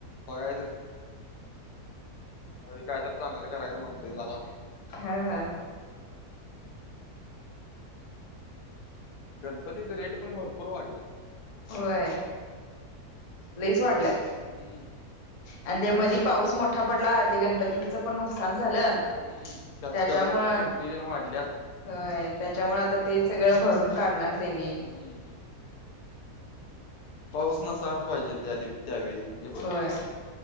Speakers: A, on the left; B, on the left.
A: बघायचं ह्या वेळी काय तर चांगलं करायचं म्हणतोय जरा.
B: हं हं
A: गणपतीचं रेट पण भरपूर वाढल्यात..
B: होय
A: त्यावेळी.
B: लईच वाढल्यात.
A: हम्म
B: आणि ते मधी पाऊस मोठा पडला ते गणपतींचं पण नुकसान झालं
A: हम्म त्यात
B: त्याच्यामुंळ
A: कलरच्या किमती तेन वाढल्यात
B: होय त्याच्यामुळं
A: त्यामुळं
B: आता ते सगळं भरून काढणार तेनी.
A: हम् पाऊस नसायला पाहिजे त्या दिव त्यावेळी म्हणजे बरं
B: होय